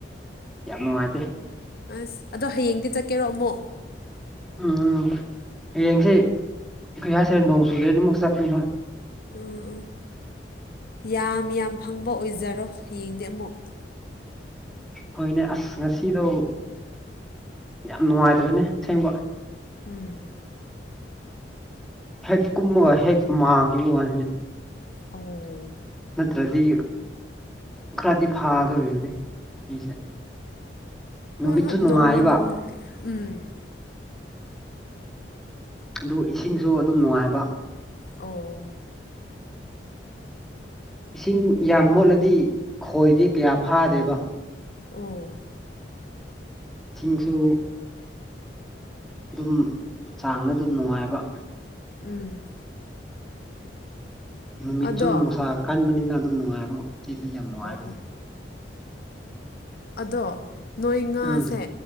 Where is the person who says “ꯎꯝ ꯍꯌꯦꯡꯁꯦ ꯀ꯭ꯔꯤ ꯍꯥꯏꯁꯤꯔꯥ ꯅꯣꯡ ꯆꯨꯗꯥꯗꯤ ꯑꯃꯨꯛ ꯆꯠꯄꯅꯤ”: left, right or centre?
Centre